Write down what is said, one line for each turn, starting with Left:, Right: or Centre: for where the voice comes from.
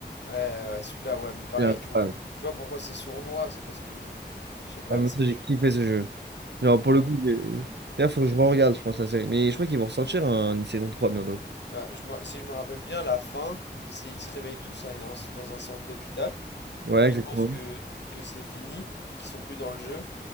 Left: Ouais, ouais, celui-là, ouais, mais pareil,
Right: C'est incroyable.
Left: tu vois, tu vois pourquoi c'est sournois, c'est parce que, je sais pas,
Right: Ah, mais
Left: tu sais,
Right: ça,
Left: tu...
Right: j'ai kiffé ce jeu. Genre, pour
Left: Ouais.
Right: le coup, j'ai- d'ailleurs, faut que je re-regarde, je pense, la série. Mais je crois qu'ils vont ressortir un- une saison trois bientôt.
Left: Ouais, je me- si je me rappelle bien, la fin, c'est ils se réveillent tous à une- dans un sorte d'hôpital,
Right: Ouais,
Left: où
Right: exactement.
Left: ils pensent que, que c'est fini, qu'ils sont plus dans le jeu,